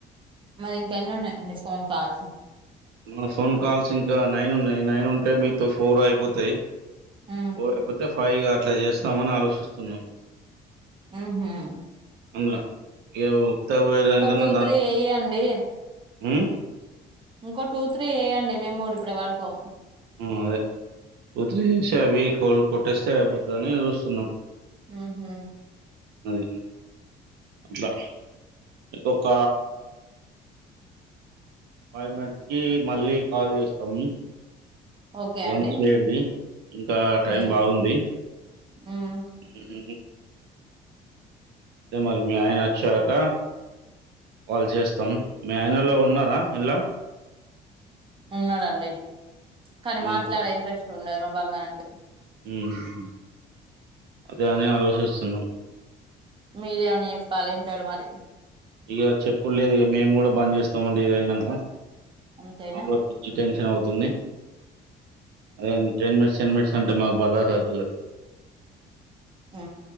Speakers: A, on the right; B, on the right.
A: మరి ఇంకా ఎన్ని ఉన్నాయండి ఫోన్ కాల్స్
B: మా ఫోన్ కాల్స్ ఇంకా నైన్ ఉన్నాయి నైన్ ఉంటే మీతో ఫోర్ అయిపోతాయి
A: మ్మ్
B: ఫోర్ అయిపోతే ఫైవ్ ఇగ అట్లా చేస్తామని ఆలోచిస్తున్నాం
A: ఉహూ
B: మళ్ళ ఇగ ఉత్తది పోయడానికన్నా
A: టూ
B: దాంట్లో
A: త్రీ ఎయ్యండి
B: ఉమ్
A: ఇంకో టూ త్రీ చేయండి మేము కూడా ఇప్పుడే పడుకోం
B: ఉమ్ అదే టూ త్రీ చేసి అవి కోలు కొట్టేస్తే అయిపోతదని చూస్తున్నాం
A: ఉహూ
B: అది అట్లా ఒక ఫైవ్ మినిట్స్ కి మళ్ళీ కాల్ చేస్తాము
A: ఓకే
B: లంచ్
A: అండి
B: చేయండి ఇంకా టైం
A: మ్మ్
B: బాగుంది
A: మ్మ్
B: ఉమ్ అదే మరి మీ ఆయన వచ్చేదాక కాల్ చేస్తాం మీ ఆయనలో ఉన్నారా ఇంలా
A: ఉన్నాడండి కానీ
B: మనం
A: మాట్లాడే ఇంట్రెస్ట్ ఉండదు మా బంగారానికి
B: ఉహూ అదే అని ఆలోచిస్తున్నాం
A: మీరేమని చెప్పాలి వింటాడు మరి
B: ఇక చెప్పుడు లేదు ఇక మేము కూడా బంద్ చేస్తామండి ఇది అయినాక
A: అంతేనా
B: మాకు పిచ్చి టెన్షన్ అవుతుంది అదే టెన్ మినిట్స్ టెన్ మినిట్ అంటే మాకు బదసవుతలేదు
A: అ